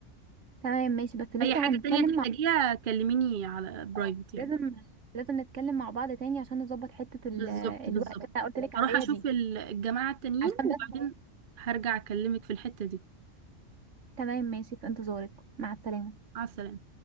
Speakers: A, on the right (about 70°); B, on the right (about 45°).
A: تمام ماشي بس لسه
B: اي حاجه
A: هنتكلم
B: تانية تحتاجيها
A: مع
B: كلميني على برايفت
A: آه،
B: يعني
A: لازم لازم نتكلم مع بعض تاني عشان نظبط حتة
B: بالظبط
A: ال... الوقت
B: بالظبط
A: اللي انا قلت لك
B: هروح
A: عليها
B: اشوف
A: دي
B: ال- الجماعة التانيين
A: عشان
B: وبعدين
A: بس
B: هرجع اكلمك في الحتة دي
A: تمام ماشي في انتظارك مع السلامة
B: مع السلامة